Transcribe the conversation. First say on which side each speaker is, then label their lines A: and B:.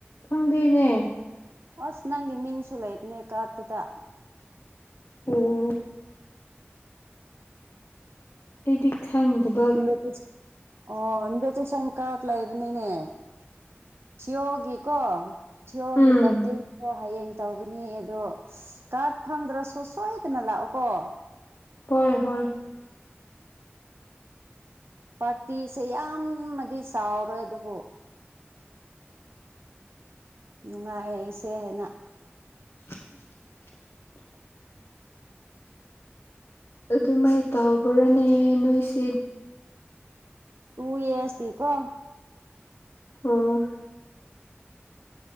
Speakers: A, on the left; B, on the right.
A: ꯐꯪꯗꯦꯅꯦ
B: ꯑꯁ ꯅꯪꯒꯤ ꯃꯤꯡꯁꯨ ꯂꯩꯕꯅꯦ ꯀꯥꯔꯠꯇꯨꯗ
A: ꯎꯝ ꯑꯩꯗꯤ ꯐꯪꯗꯕ
B: ꯏꯟꯚꯥꯏꯇꯦꯁꯟ ꯑꯣ ꯏꯟꯚꯥꯏꯇꯦꯁꯟ ꯀꯥꯔꯗ ꯂꯩꯕꯅꯤꯅꯦ ꯁꯤꯌꯣꯒꯤꯀꯣ ꯁꯤꯌꯣꯒꯤ
A: ꯎꯝ
B: ꯕ꯭ꯥꯔꯇꯤꯟ ꯗꯣ ꯍꯌꯦꯡ ꯇꯧꯒꯅꯤ ꯑꯗꯣ ꯀꯥꯔꯗ ꯐꯪꯗ꯭ꯔꯁꯨ ꯁꯣꯏꯗꯅ ꯂꯥꯛꯑꯣꯀꯣ
A: ꯍꯣꯏ ꯍꯣꯏ
B: ꯄꯥꯔꯇꯤꯁꯦ ꯌꯥꯝ ꯃꯗꯤ ꯆꯥꯎꯔꯦ ꯑꯗꯨꯕꯨ ꯅꯨꯡꯉꯥꯏ ꯁꯦ ꯍꯥꯏꯅ
A: <unintelligible> ꯑꯗꯨꯃꯥꯏ ꯇꯧꯕ꯭ꯔꯥꯅꯦ ꯅꯣꯏꯁ
B: ꯇꯨ ꯌꯦꯏ ꯗꯦ ꯀꯣ
A: ꯑꯣ